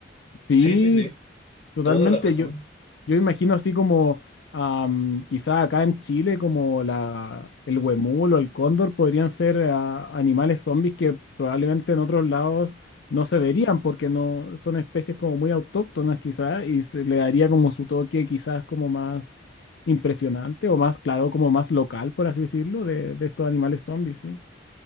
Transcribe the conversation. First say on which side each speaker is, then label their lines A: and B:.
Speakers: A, on the left (about 65°); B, on the left (about 35°).
A: Sí,
B: Sí, sí, sí,
A: Totalmente,
B: toda la razón.
A: yo, yo imagino así como am, quizá acá en Chile como la, el huemul o el cóndor podrían ser ah, animales zombies que probablemente en otros lados no se verían porque no son especies como muy autóctonas quizá y se le daría como su toque quizás como más impresionante o más claro, como más local por así decirlo de, de estos animales zombies, ¿sí?